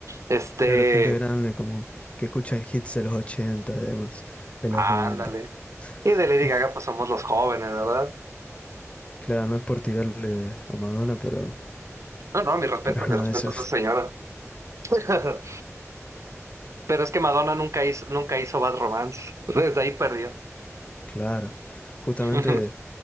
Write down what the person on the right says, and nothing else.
este,
ándale.
Y de Lady Gaga, pues somos los jóvenes, ¿verdad?
No, no, mi respeto,
mi
respeto
a esa señora. <laughs> Pero es que Madonna nunca hizo, nunca hizo Bad Romance. <laughs> Desde ahí perdió.
<laughs>